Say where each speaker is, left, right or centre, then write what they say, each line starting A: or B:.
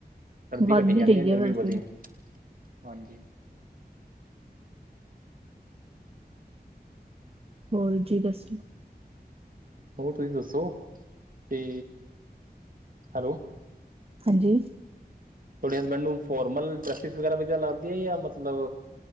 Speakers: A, on the right; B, on the right.
A: ਸਰਦੀ,
B: ਵੱਧ
A: ਘਟੀ
B: ਹੀ
A: ਜਾਣੀ
B: ਰਹੀ
A: ਆ, ਗਰਮੀ
B: ਹੈ ਵੈਸੇ
A: ਵਧੀ ਹਾਂਜੀ
B: ਹੋਰ, ਜੀ ਦੱਸੋ?
A: ਹੋਰ, ਤੁਸੀਂ ਦੱਸੋ ਤੇ ਹੈਲੋ
B: ਹਾਂਜੀ
A: ਤੁਹਾਡੇ ਹਸਬੈਂਡ ਨੂੰ ਫੋਰਮਲ, ਡਰੈਸਿਸ ਵਗੈਰਾ ਵਧੀਆ, ਲੱਗਦੀਆ ਜਾਂ ਮਤਲਬ